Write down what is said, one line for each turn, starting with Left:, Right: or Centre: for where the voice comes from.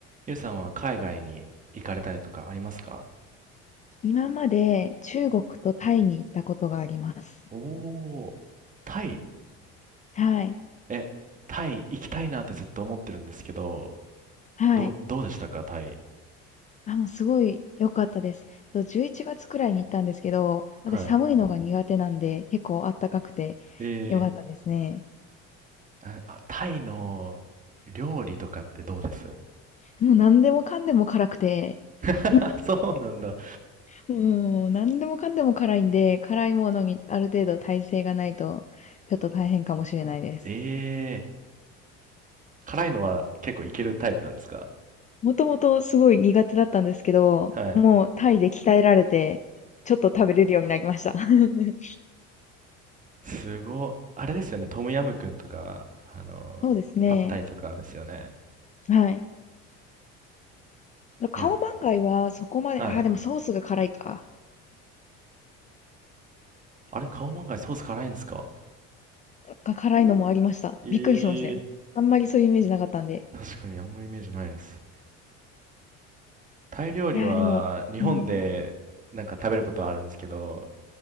Right: ゆうさんは海外に行かれたりとかありますか
Left: 今まで中国とタイに行ったことがあります。
Right: おおー、タイ。
Left: はい。
Right: え、タイ行きたいなってずっと思ってるんですけど、
Left: はい。
Right: どう、どうでしたか、タイ。
Left: あ、もうすごい良かったです。と11月くらいに行ったんですけど、私寒いのが苦手なんで、
Right: はい。
Left: 結構あったかくて
Right: え
Left: 良かったですね。
Right: ー、あ、あタイの料理とかってどうです
Left: もう何でもかんでも辛くて、
Right: あ、
Left: <laughs>
Right: そうなんだ。
Left: もう何でもかんでも辛いんで、辛いものにある程度耐性がないと、ちょっと大変かもしれないです。
Right: えー、辛いのは結構いけるタイプなんですか
Left: もともとすごい苦手だったんですけど、
Right: はい。
Left: もうタイで鍛えられて、ちょっと食べれるようになりました。<laughs>
Right: すご、あれですよね、トムヤムクンとか、あの、
Left: そうですね。
Right: パッタイとかですよね。
Left: はい。顔カオはそこまで、
Right: いや、はい。
Left: あ、でもソースが辛いか。
Right: あれ、カオマンガイソース辛いんですか
Left: が辛いのもありました。
Right: ええ
Left: びっくりしましたよ。あんまりそういうイメージなかったんで。
Right: 確かにあんまイメージないです。タイ料理は日本でなんか食べることはあるんですけど、
Left: いや、でも、うん。